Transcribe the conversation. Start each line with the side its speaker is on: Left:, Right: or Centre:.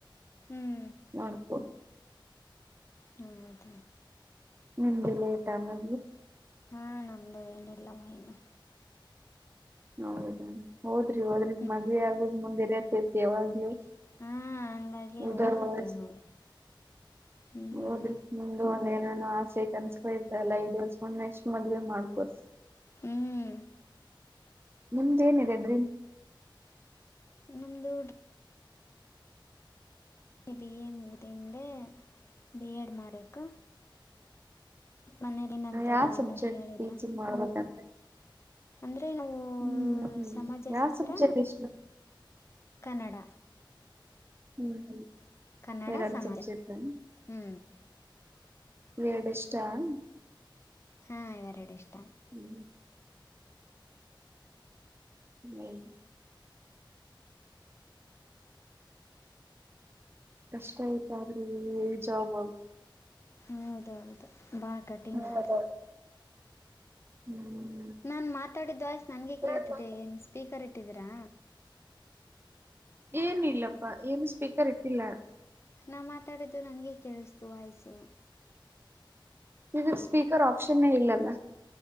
Left: ಹ್ಞೂ
Right: ನಕು.
Left: ಹೌದ.
Right: ನಿಮ್ದು ಲೇಟಾಮ.
Left: ಹಾ ನಮ್ದು ಏನಿಲ್ಲವಾ ಇನ್ನು.
Right: ಹೌದ ಹೋದ್ರಿ ಹೋದ್ರಿ
Left: ಹ್ಞೂ
Right: ಮದುವ ಆಗದ್ ಮುಂದೆ ಇರತೈತಿ ಯಾವಾಗ್ಲೂ.
Left: ಹಾ ಹಂಗಾಗಿ
Right: ಉದಾ
Left: ಹೂವ ಕತ್ತೇವಿ
Right: ವಯಸ್ಸು
Left: ನೋಡಿ ಹ್ಞೂ
Right: ಹೋದ್ರಿ ನಿಮ್ದು ಒಂದ ನಾನು ಆಸೆ ಕ ಅನ್ಸ್ಕೊ ಇರ್ತಲ್ಲ ಐಡ್ ಇರ್ಸ್ಕೊಂಡ್ ನೆಕ್ಸ್ಟ್ ಮದ್ವೆ ಮಾಡ್ಕೋರ್
Left: ಹ್ಮ್
Right: ನಿಮ್ದೇನಿದೆ ಡ್ರೀಮ್
Left: ನಮದು ಬಿ ಎ ಮುದಿಂದೆ ಬಿ ಎಡ್ ಮಾಡಕು ಮನೇೆಯಲ್ಲಿ ನಂತಾರೋ
Right: ಯಾವ ಸಬ್ಜೆಕ್ಟ್
Left: ಇನ್ನುೂ ಕೇಳಿಲ್ಲ
Right: ಟೀಚಿಂಗ್ ಮಾಡ್ಬೇಕಂತ
Left: ಅಂದ್ರೆ ನಾವು
Right: ಹ್ಮ್ ಹ್ಮ್
Left: ಸಮಾಜಶಾಸ್ತ್ರ
Right: ಯಾವ ಸಬ್ಜೆಕ್ಟ್ ಇಷ್ಟ
Left: ಕನ್ನಡ
Right: ಹ್ಮ
Left: ಕನ್ನಡ
Right: ಬೇರಡು
Left: ಸಮಾಜ
Right: ಸಬ್ಜೆಕ್ಟ್
Left: ಹ್ಞೂ
Right: ವೇರೆಡೆ <unintelligible>
Left: ಹಾ ಇವರಡ ಇಷ್ಟ
Right: ಹ್ಮ್ ಹ್ಮ್ ಕಷ್ಟ ಆಯ್ತ ಆದ್ರಿ ಈಜಾಗ
Left: ಹೌದ ಹೌದು ಬಾ ಕಠಿಣ
Right: ಹೌದೌದು
Left: ಅದು
Right: ಹ್ಮ್
Left: ನಾ ಮಾತಾಡಿದ್ದು ಆಯ್ಸ್ ನನ್ಗೆ ಕೇಳ್ತಿದ್ದೆನ್
Right: ನಾನ್ ಮಾತ
Left: ಸ್ಪೀಕರ್ ಇಟ್ಟಿದ್ದೀರಾ
Right: ಏನಿಲ್ಲಪ್ಪಾ ಏನು ಸ್ಪೀಕರ್ ಇತ್ತಿಲ್ಲ
Left: ನಾು ಮಾತಾಡಿದ್ದು ನನಗೆ ಕೇಳಿಸ್ತು ವಾಯ್ಸು
Right: ವಿವಿ ಸ್ಪೀಕರ್ ಆಪ್ಷನ್ನೇ ಇಲ್ಲಲ್ಲ